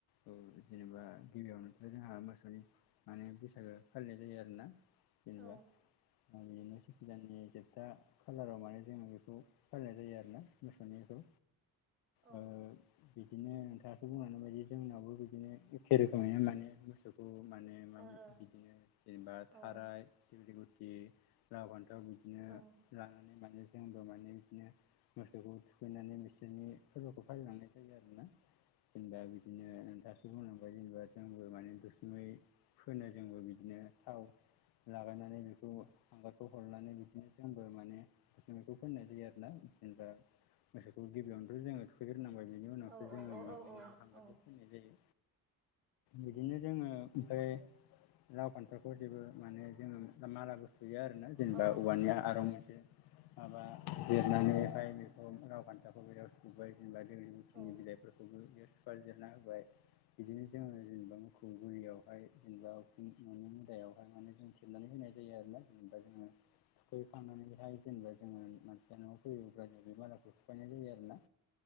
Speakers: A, on the left; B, on the right.
A: औ जेनेबा गिबियावनोथ' जोंहा मोसौनि माने बैसागो फालिनाय जायो आरोना जेनेबा
B: औ
A: <unintelligible> गोदाननि जोबथा खालाराव माने जों बेखौ फालिनाय जायो आरोना मोसौनिखौ।
B: औ
A: ओ बिदिनो नोंथाङासो बुंलांनाय बायदि जोंनावबो बिदिनो एखे रोखोमैनो माने मोसौखौ माने
B: औ औ
A: बिदिनो जेनेबा थाराय
B: औ
A: दिग्लि गुटि लाव फान्थाव बिदि बिदिनो
B: औ
A: लांनानै माने जोंबो माने बिदिनो मोसौखौ थुखैनानै बिसोरनि फोरबोखौ फालिलांनाय जायो आरोना जेनेबा बिदिनो दासो बुंलांबाय जेनेबा जोंबो माने दुसुमै फोनो जोंबो बिदिनो थाव लागायनानै नाय बेखौ हांगारखौ हरनानै बिदिनो जोंबो माने बेखौ फोननाय जायो आरोना जेनेबा मोसौखौ गिबियावनोथ' जोङो ग्रोनांबाय बिनि उनावसो
B: औ
A: जोङो माने
B: औ औ
A: बेखौ हांगारखौ
B: औ
A: होननाय जायो बिदिनो जोङो ओमफ्राय लाव फान्थावखौ जेबो माने जोङो मालाबो सुयो आरोना जेनेबा
B: औ
A: औवानिया आरुंयाजों माबा जिरनानैहाय बेखौ लाव फान्थाखौ बेयाव <unintelligible>
B: औ
A: फोरखौबो इयाव सुफादेरना होबाय बिदिनो जोङो जेनेबा मोखौ गुलियावहाय जेनेबा उखुम न'नि मुदायावहाय माने जों थेबनानै होनाय जायो आरोना जेनेबा जोङो थुखैखांनानैहाय जेनेबा जोङो मानसिया न'आव फैयोब्ला जों बे मालाखौ सुफायनाय जायो आरोना।